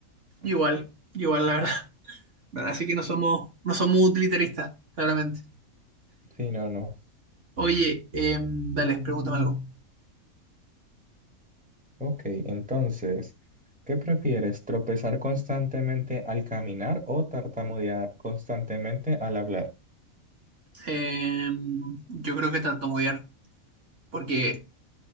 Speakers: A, on the right; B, in the centre.
A: Igual, igual, la verdad. Así que no somos, no somos utilitaristas, claramente.
B: Sí, no, no.
A: Oye, eh, dale, pregúntame algo.
B: Ok, entonces, ¿qué prefieres? ¿Tropezar constantemente al caminar o tartamudear constantemente al hablar?
A: Eh, yo creo que tartamudear, porque